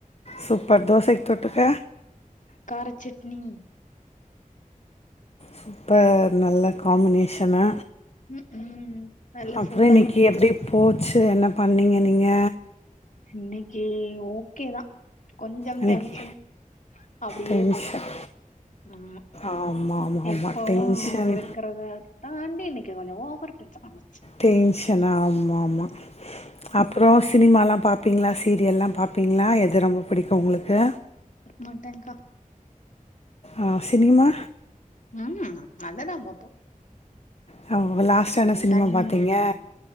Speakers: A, on the left; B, on the left.
A: சூப்பர் தோசக்கு தொட்டுக்க
B: காரச்சட்னி
A: சூப்பர் நல்ல காம்மினேஷனா
B: ம் ம் நல்ல
A: அப்புறோ
B: சூடா
A: இன்னிக்கு எப்டி போச்சு என்ன பண்ணீங்க நீங்க
B: இன்னிக்கி ஓகே தா கொஞ்சம்
A: இன்னைக்கு
B: டென்ஷன் அப்டியே
A: டென்ஷன்
B: போச்சுக்கா ஆமா
A: ஆமாம் ஆமாம்
B: எப்பவு
A: ஆமாம் டென்ஷன்
B: இருக்கறதாதா தாண்டி இன்னிக்கி கொஞ்சோ ஓவரு டென்ஷன் <unintelligible>
A: டென்ஷனா ஆமா ஆமா அப்புறோ சினிமாலா பாப்பீங்ளா சீரியல்லா பாப்பீங்களா எது ரொம்போ பிடிக்கோ உங்குளுக்கு
B: மட்டன்கா
A: ஆ சினிமா
B: உம் அதலா பாப்போ
A: தவ் லாஸ்ட்டா
B: ஆனா
A: என்ன சினிமா
B: டைம்
A: பாத்தீங்க
B: இருக்காது